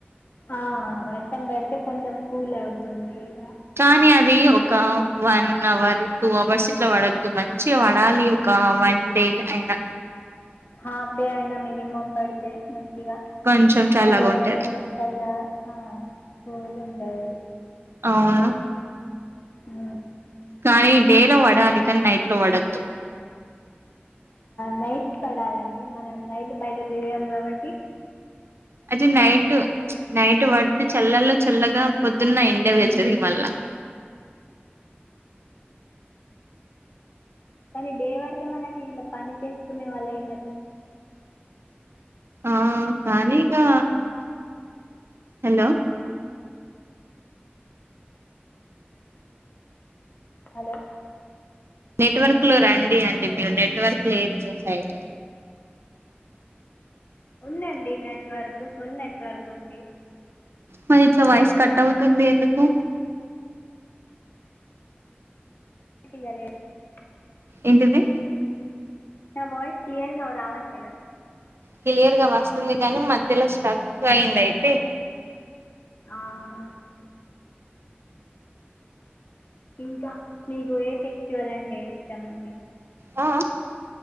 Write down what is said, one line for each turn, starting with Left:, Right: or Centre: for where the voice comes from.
Left: ఆ వర్షం పడితే కొంచెం కూల్ అవుతుంది ఇగ
Right: కానీ అది ఒక వన్ అవర్ టూ అవర్స్ ఇట్ల పడద్దు మంచిగా పడాలి ఒక వన్ డే అయినా
Left: హాఫ్ డే అయినా మినిమమ్ పడితే మన్ ఇగ గా
Right: కొంచెం చల్లగా
Left: హైదరాబాద్
Right: ఉంటది
Left: పోయి పల్ల హ పోయాము అయి
Right: అవును
Left: మ్
Right: కానీ డే లో పడాలి కానీ నైట్ లో పడొద్దు
Left: నైట్ పడాలండి మనం నైట్ బయట తీగాం కాబట్టి
Right: అది నైట్ నైట్ బడ్ చల్లల్లో చల్లగా పొద్దున్న ఎండే వెళ్తుంది మళ్ళా
Left: కానీ దేవాడద మనకి ఇ పని చేసుకునే వాళ్ళు అయి
Right: ఆ కానీకా హలో
Left: హలో
Right: నెట్వర్క్ లో రండి అండి
Left: హలో
Right: మీరు నెట్వర్క్ లేదు తెర్సయిట్
Left: ఉందండి నెట్వర్క్ ఫుల్ నెట్వర్క్ ఉంది
Right: మరి ఇట్లా వయసు కట్ అవుతుంది ఎందుకు
Left: <unintelligible>
Right: ఎంటిది
Left: నా వోయిస్ క్లియర్ గా రావట్లేదా
Right: క్లియర్ గా వస్తుంది కానీ మధ్యలో స్టక్ అయింది అయితే
Left: ఆహా ఇంకా మీకు ఏ ఫెస్టివల్ అంటే ఇస్తాం అండి
Right: ఆ